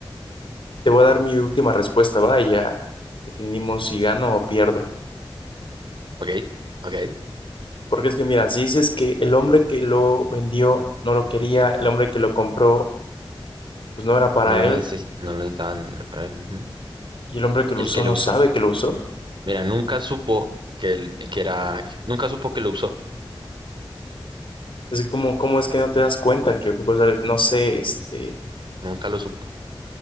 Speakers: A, on the left; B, on the right.
A: te voy a dar mi última respuesta, va, y ya definimos si gano o pierdo.
B: Ok, ok.
A: Porque es que, mira, si dices que el hombre que lo vendió no lo quería, el hombre que lo compró pues no era para
B: No lo
A: él
B: neces- no lo necesitaban para él. Ujú.
A: y el hombre que
B: El
A: lo usó
B: que lo
A: no
B: usó.
A: sabe que lo usó.
B: Mira, nunca supo que, él- que era, nunca supo que lo usó,
A: Es como, ¿cómo es que no te das cuenta que ocupas algo? No sé, este,
B: nunca lo supo.